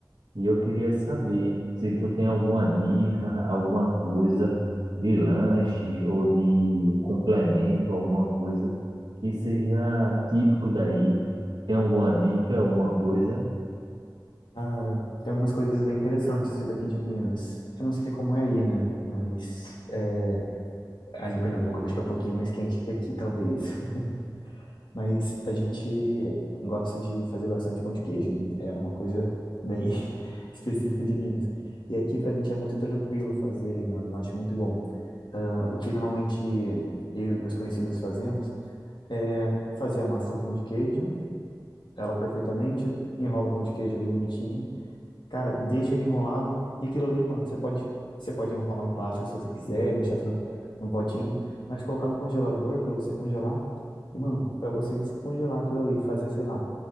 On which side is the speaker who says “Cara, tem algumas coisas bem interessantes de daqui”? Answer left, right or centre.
Left